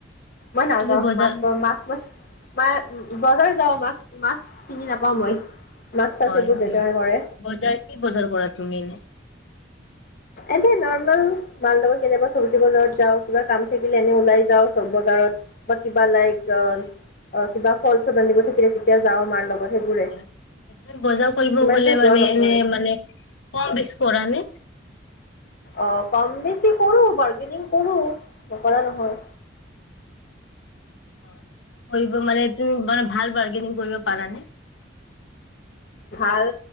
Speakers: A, on the left; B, on the left.
A: মই নাযাও
B: তুমি বজাৰ
A: মাছ ব মাছ মাছ ম বজাৰ যাওঁ মাছ মাছ চিনি নাপাওঁ মই। মাছ চাছ
B: হয়
A: এইবোৰ
B: হয়
A: দেউতাই কৰে।
B: বজাৰ কি বজাৰ কৰা তুমি এনে
A: এনে নৰ্মেল মাৰ লগৰ কেতিয়াবা চব্জি বজাৰত যাওঁ কিবা কাম থাকিলে এনে ওলাই যাওঁ বজাৰত বা বা লাইক অ
B: হয়
A: অহ কিবা ফল চল আনিব থাকিলে তেতিয়া যাওঁ মাৰ লগত সেইবোৰে
B: হয়, সেইটো বজাৰ কৰিব
A: ইমানতো
B: গ'লে
A: যোৱা
B: মানে
A: নপৰে
B: এনে মানে কম বেছি কৰা নে?
A: অহ কম বেছি কৰোঁ, বাৰ্গেনিং কৰোঁ নকৰা নহয়।
B: হয় কৰিব মানে তুমি মানে ভাল বাৰ্গেনিং কৰিব পাৰা নে?
A: ভাল